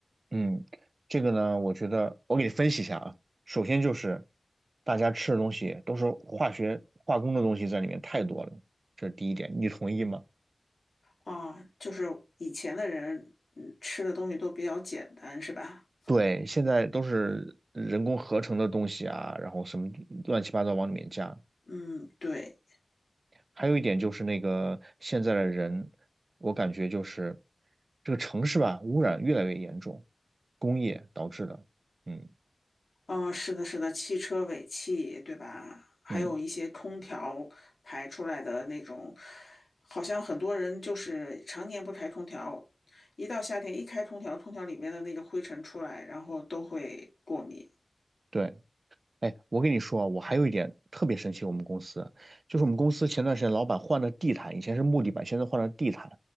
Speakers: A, on the right; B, on the left.
A: 嗯，这个呢，我觉得我给你分析一下啊。首先就是大家吃的东西都是化学化工的东西在里面太多了，这是第一点，你同意吗？
B: 啊，就是以前的人，嗯，吃的东西都比较简单，是吧？
A: 对，现在都是人工合成的东西啊，然后什么乱七八糟往里面加。
B: 嗯，对。
A: 还有一点就是那个现在的人，我感觉就是这个城市吧，污染越来越严重，工业导致的。嗯
B: 嗯，是的，是的，汽车尾气，对吧？还有一些空调排出来的那种，
A: 嗯。
B: 好像很多人就是常年不开空调，一到夏天一开空调，空调里面的那个灰尘出来，然后都会过敏。
A: 对。哎，我跟你说啊，我还有一点特别生气，我们公司就是我们公司前段时间老板换了地毯，以前是木地板，现在换了地毯。